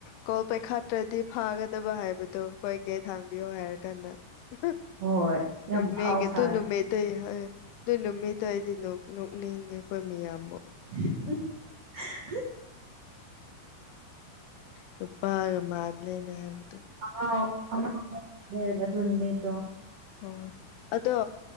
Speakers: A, on the left; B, on the right.
A: ꯀꯣꯜ ꯄꯩꯈꯥꯠꯇ꯭ꯔꯗꯤ ꯐꯥꯒꯗꯕ ꯍꯥꯏꯕꯗꯨꯣ ꯍꯣꯏꯒꯦ ꯊꯥꯡꯕꯤꯌꯣ ꯍꯥꯏꯔ ꯀꯥꯟꯗ <unintelligible>
B: ꯍꯣꯏ ꯌꯥꯝ ꯐꯥꯎ ꯁꯥꯔꯦ
A: ꯑꯇꯩ ꯍꯥꯏ ꯑꯗꯨ ꯅꯨꯃꯤꯠꯇ ꯑꯩꯗꯤ ꯅꯣꯛꯅꯤꯡꯉꯦ ꯑꯩꯈꯣꯏ ꯃꯌꯥꯝꯕꯨ
B: <unintelligible>
A: ꯅꯨꯄꯥꯒ ꯃꯥꯥꯟꯂꯦꯅꯦ ꯍꯥꯏꯇ
B: ꯑꯉꯥꯎ ꯑꯉꯥꯎ ꯑꯗꯨ ꯅꯨꯃꯤꯠꯇꯣ
A: ꯑꯣ ꯑꯗꯣ